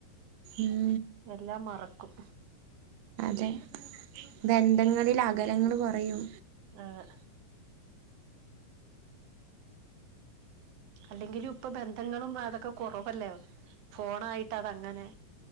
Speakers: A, on the right; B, on the right.
A: ഉം
B: എല്ലാം മറക്കും
A: അതെ ബന്ധങ്ങളില് അകലങ്ങള് കുറയും
B: അതെ അല്ലെങ്കിലു ഇപ്പൊ ബന്ധങ്ങളും അതൊക്കെ കുറവല്ലേ ഫോണായിട്ട് അതങ്ങനെ